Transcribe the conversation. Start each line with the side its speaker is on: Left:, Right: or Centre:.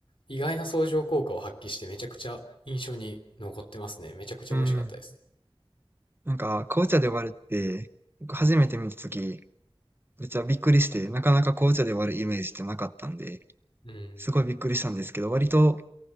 Left: 意外な相乗効果を発揮してめちゃくちゃ印象に残ってますね。めちゃくちゃ美味しかったです。
Right: うん。なんか、紅茶で割るって、僕初めて見たとき、めっちゃびっくりして、なかなか紅茶で割るイメージってなかったんで、
Left: うん。
Right: すごいびっくりしたんですけど、割と